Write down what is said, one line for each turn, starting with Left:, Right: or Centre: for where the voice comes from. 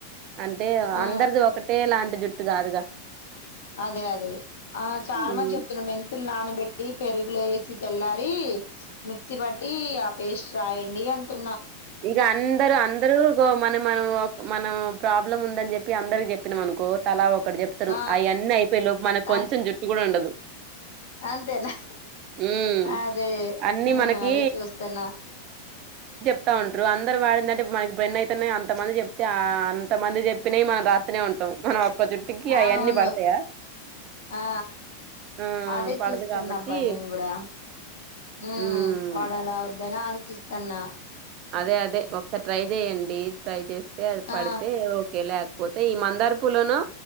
Right: అంటే
Left: ఆ
Right: అందరిది ఒకటే లాంటి జుట్ <unintelligible> కాదుగా
Left: అదే అదే ఆ చాలా
Right: ఉమ్
Left: మంది చెప్తున్నా మెంతుల్ నాన పెట్టి పెరుగులు వేసి తెల్లారి మిక్సీ పట్టి ఆ పేస్ట్ రాయండి అంటు
Right: ఈగ అందరు అందరు గ మన మ మనం ప్రాబ్లం ఉందని చెప్పి అందరికి చెప్పినాం అనుకో తలా ఒక అక్కడ చెప్తారు
Left: ఆ
Right: అవన్నీ అయిపోయ లోపు మనకు
Left: అం
Right: కొంచెం జుట్టు కూడా ఉండదు
Left: అంతేనా
Right: ఉమ్
Left: అదే
Right: అన్ని మనకి
Left: అదే చూస్తున్న
Right: వత ఉంటారు అందరు వాడిందంటే మనకి <unintelligible> అయితున్నాయే, అంత మంది చెప్తే అంతమంది చెప్పినవి మనం రాతినే ఉంటాం మనం జుట్టుకి
Left: అ
Right: అవన్నీ
Left: అవును
Right: పడతాయా
Left: ఆ
Right: ఆ
Left: అదే
Right: పడదు
Left: చూస్తున్నా
Right: కాబట్టి
Left: అబ్బా నేను కూడా ఉ
Right: ఉమ్
Left: వాడాలా వద్దా అని ఆలోచి త్తన్నా
Right: అదే అదే ఒకసారి ట్రై చేయండి ట్రై చేస్తే అది పడితే
Left: ఆ
Right: ఓకే ల్యాక్ పోతే ఈ మందార్ పూలోను